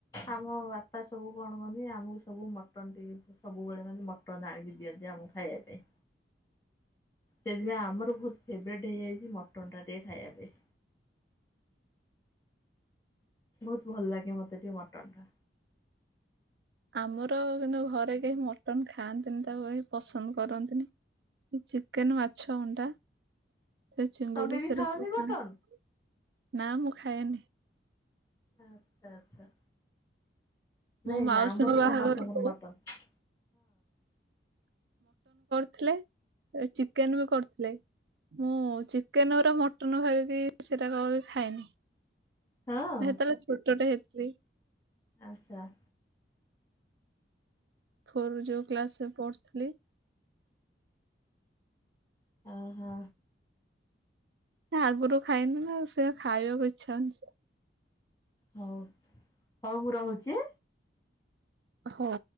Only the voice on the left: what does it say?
ଆମ ବାପା ସବୁ କଣ କହନ୍ତି ଆମକୁ ସବୁ ମଟନ ଟିକେ ସବୁବେଳେ ମାନେ ମଟନ ଆଣିକି ଦିଅନ୍ତି। ଆମକୁ ଖାଇବାପାଇଁ। ସେଥିପାଇଁ ଆମର ବହୁତ ଫେବରଟ୍ ହେଇଯାଇଛି ମଟନ୍ଟା ଟ ଖାଇବା ପାଇଁ। ବହୁତ ଭଲ ଲାଗେ ମତେ ଟିକ ମଟନ୍ ଟା,
ତମେ ବି
ଖାଅନି
ମଟନ୍
ଆଚ୍ଛା ଆଚ୍ଛା।
ନାଇଁ
ଆମର
ସମସ୍ତଙ୍କର ମଟନ।
ହଁ
ଆଚ୍ଛା।
ଅ ହୋ।
ହଉ ହଉ ମୁଁ ରହୁଛି।